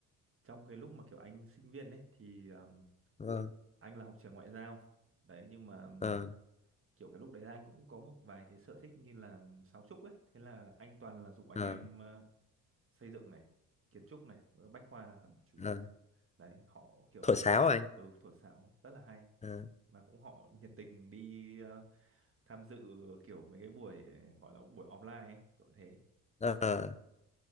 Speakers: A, on the right; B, on the left.
A: trong cái lúc mà kiểu anh sinh viên ấy thì um,
B: vâng
A: anh là học trường ngoại giao đấy nhưng mà um,
B: ờ
A: kiểu cái lúc đấy là anh cũng có một vài cái sở thích như là um, sáo trúc ấy thế là anh toàn là giục anh
B: ờ
A: em uh, xây dựng này kiến trúc này rồi bách khoa là chủ
B: ờ
A: yếu đấy họ kiểu
B: thổi sáo à anh
A: ừ thổi sáo rất là hay
B: ờ
A: mà cũng họ nhiệt tình đi uh, tham dự kiểu mấy cái buổi uh, gọi là buổi offline ấy kiểu thế
B: ờ. ờ.